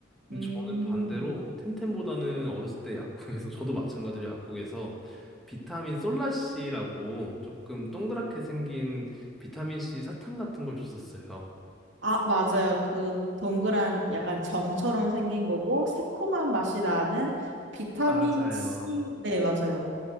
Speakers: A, in the centre; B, on the right (about 80°).
A: 근데
B: 음.
A: 저는 반대로 텐텐보다는 어렸을 때 약국에서 저도 마찬가지로 약국에서 비타민 솔라씨라고 조금 동그랗게 생긴 비타민 C 사탕 같은 걸 줬었어요.
B: 아, 맞아요. 그 동그란 약간 정처럼 생긴 거고 새콤한 맛이 나는 비타민
A: 맞아요.
B: C. 네, 맞아요.